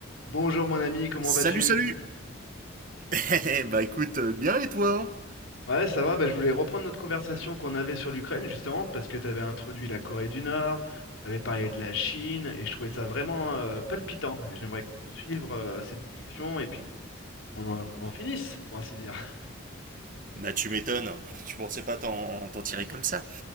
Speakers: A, on the left; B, on the right.
A: Bonjour mon ami, comment
B: Salut,
A: vas-tu?
B: salut <laughs> Bah écoute, euh, bien et toi?
A: Ouais, ça va, bah, je voulais reprendre notre conversation qu'on avait sur l'Ukraine, justement, parce que tu avais introduit la Corée du Nord, tu avais parlé de la Chine, et je trouvais ça vraiment euh, palpitant. Et j'aimerais poursuivre euh, cette discussion et puis qu'on qu'on en, qu'on en finisse, pour ainsi dire.
B: Bah tu m'étonnes, tu pensais pas t'en t'en tirer comme ça.